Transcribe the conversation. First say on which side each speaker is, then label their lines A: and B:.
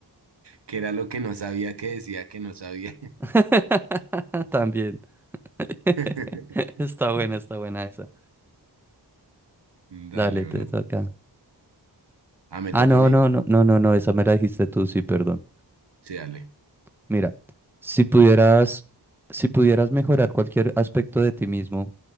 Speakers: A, on the right; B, in the centre.
A: ¿Qué era lo que no sabía que decía que no sabía?
B: <laughs> También. <laughs>
A: <laughs>
B: Está buena, está buena esa.
A: Dale,
B: Dale, te
A: bro.
B: toca.
A: Ah, ¿me
B: Ah,
A: toca
B: no,
A: a mí?
B: no, no, no, no, no, esa me la dijiste tú, sí, perdón.
A: Sí, dale.
B: Mira, si pudieras, si pudieras mejorar cualquier aspecto de ti mismo,